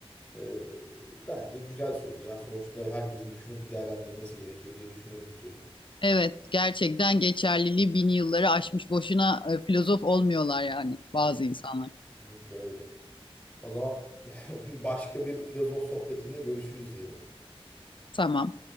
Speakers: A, on the left (about 20°); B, on the left (about 55°).
A: Ee, bence güzel söz ya. Sonuçta herkesin düşünüp bir değerlendirmesi gerekiyor diye düşünüyorum bu sözü.
B: Evet, gerçekten geçerliliği bin yılları aşmış boşuna e, filozof olmuyorlar yani
A: Kes-
B: bazı insanlar.
A: Kesinlikle öyle. O zaman <laughs> başka bir filozof sohbetinde görüşürüz diyelim.
B: Tamam.